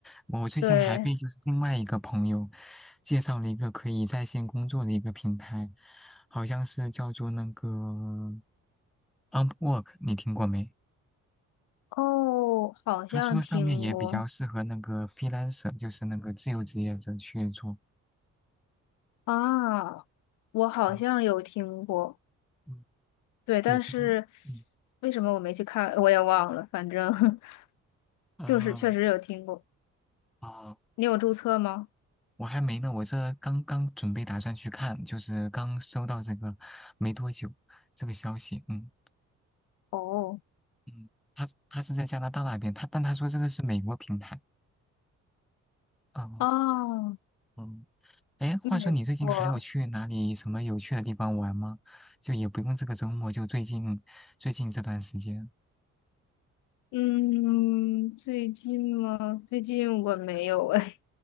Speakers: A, in the centre; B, on the left (about 80°).
A: 我最近还被就是另外一个朋友
B: 对，
A: 介绍了一个可以在线工作的一个平台，好像是叫做那个 Upwork，你听过没？
B: 哦，好像听过
A: 他说上面也比较适合那个 freelancer，就是那个自由职业者去做。
B: 啊，我好像有听过，
A: 对嗯，
B: 对，但是
A: 对，不过嗯
B: 为什么我没去看，我也忘了，反正 <laughs>
A: 啊
B: 就是确实有听过。
A: 啊，
B: 你有注册吗？
A: 我还没呢，我这刚刚准备打算去看，就是刚收到这个没多久这个消息，嗯
B: 哦。
A: 嗯，他他是在加拿大那边，他但他说这个是美国平台，嗯
B: 哦，
A: 嗯，哎，话说你最近还有去哪里什么有趣的地方玩吗？
B: 对，我，
A: 就也不用这个周末，就最近最近这段时间，
B: 嗯，最近吗？最近我没有哎，